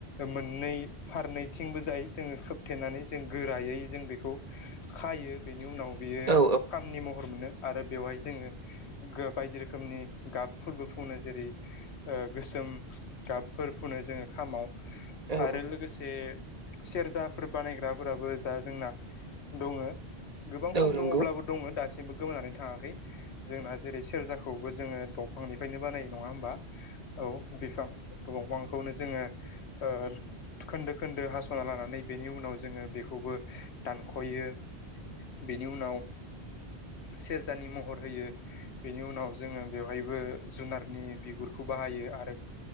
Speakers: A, on the left; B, on the right.
A: मोननै फार नैथिंबो जाय जोङो खोबथेनानै जों गोरायै जों बेखौ खायो बेनि उनाव बियो
B: औ
A: खामनि महर मोनो आरो बेवहाय जोङो बायदि रो खोमनि गाबफोरबो फुनो जेरै ओ गोसोम गाबफोर फुनो जोङो खामाव।
B: औ
A: आरो लोगोसे सेरजाफोर बानायग्राफोराबो दा जोंना दङो। गोबां खम
B: औ नंगौ
A: दङ अब्लाबो दङ दासिमबो गोमानानै थाङाखै जोंना जेरै सेरजा खौबो जोङो दंफांनिफायनो बानायो नङा होमबा औ बिफां। दंफांखौनो जोङो ओ खोन्दो खोन्दो हास'ना लानानै बेनि उनाव जोङो बेखौबो दानख'यो। बेनि उनाव सेरजानि महर होयो बेनि उनाव जोङो बेवहायबो जुनारनि बिगुरखौ बाहायो आरो